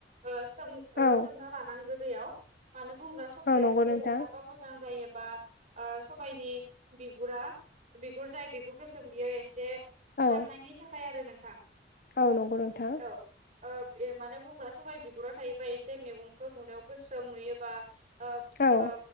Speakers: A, on the right; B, on the left.
A: ओ सोम ओ
B: औ
A: सोमना लानांगौ दैयाव मानो बुङोबा सबायआ
B: औ नंगौ
A: एसे
B: नोंथां
A: रुयहाबबा मोजां जायोबा ओ सबाइनि बिगुरा बिगुर जाय बिगुर गोसोम बियो एसे खारनायनि
B: औ
A: थाखाय आरो नोंथां।
B: औ नंगौ नोंथां
A: औ ओ ए मानो बुङोब्ला सबाय बिगुरा थायोबा एसे मैगंखौ नुनायाव गोसोम नुयोबा ओ
B: औ
A: ओ